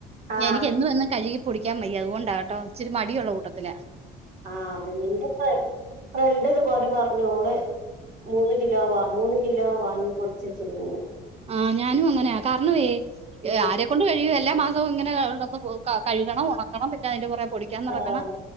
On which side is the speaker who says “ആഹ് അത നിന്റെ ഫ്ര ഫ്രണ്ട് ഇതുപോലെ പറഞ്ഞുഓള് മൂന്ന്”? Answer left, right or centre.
Right